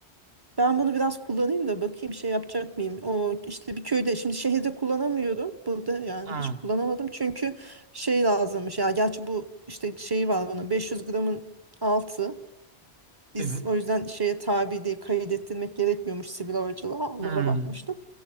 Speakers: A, on the right (about 25°); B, on the right (about 60°).
A: ben bunu biraz kullanayım da bakayım şey yapacak mıyım? O işte bir köyde şimdi şehirde kullanamıyorum. Burada yani
B: Hmm,
A: hiç kullanamadım. Çünkü şey lazımmış. Ya gerçi bu işte şeyi var bunun 500 gramın altı. Biz
B: Evet.
A: o yüzden şeye tabi değil kaydettirmek gerekmiyormuş sivil havacılığa. Onlara
B: hmm.
A: bakmıştım.